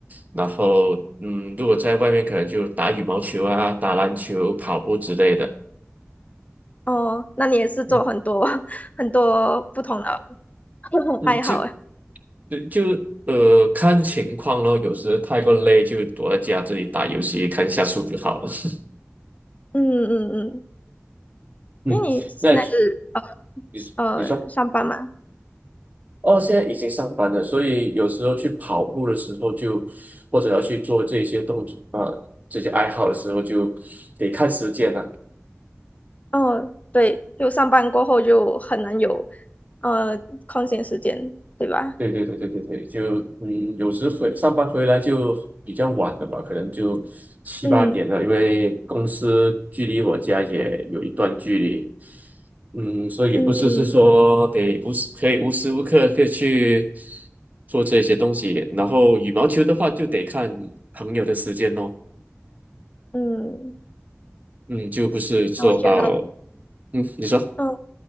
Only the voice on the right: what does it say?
然后，嗯，如果在外面可能就打羽毛球啊、打篮球、跑步之类的。
嗯
嗯，就呃就呃看情况咯，有时太过累就躲在家这里打游戏看一下书就好了。<laughs>
嗯，
那你你说。
哦，现在已经上班了，所以有时候去跑步的时候就，或者要去做这些动作啊、这些爱好的时候就得看时间了、
对对对对对对，就嗯，有时回上班回来就比较晚了吧，可能就七八点了，
因为公司距离我家也有一段距离，嗯，所以也不是是说得无时可以无时无刻可以去
做这些东西，然后羽毛球的话就得看朋友的时间咯。
嗯，就不是说呃，
嗯，你说，